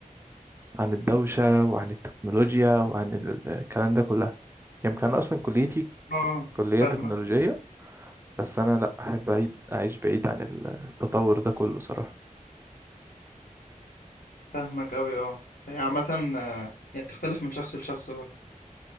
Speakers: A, on the right (about 15°); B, on the left (about 80°).
A: عن الدوشة وعن التكنولوجيا وعن ال- الكلام ده كلها يمكن أنا أصلا كليتي
B: آه
A: كلية
B: فاهمك
A: تكنولوجية بس أنا لأ أحب أعيد أعيش بعيد عن التطور ده كله صراحة
B: فاهمك أوي أه هي عامة آه، يعني بتختلف من شخص لشخص برضه